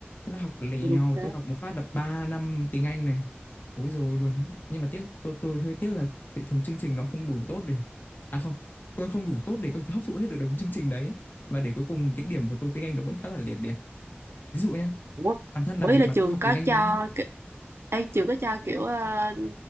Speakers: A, on the left; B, on the right.
A: thế là học lèo
B: được thế.
A: tôi học một phát là 3 năm tiếng Anh này ối rồi luôn nhưng mà tiếc tôi tôi hơi tiếc là hệ thống chương trình nó không đủ tốt để à không tôi không đủ tốt để có thể hấp thụ hết được đống chương trình đấy và để cuối cùng cái điểm của tôi tiếng Anh nó vẫn khá là liệt liệt ví dụ nha
B: Ủa,
A: bản thân là
B: Ủa
A: việc
B: ý là
A: mà
B: trường
A: tôi học
B: có
A: tiếng Anh
B: cho ki- ê, trường có cho kiểu ờ,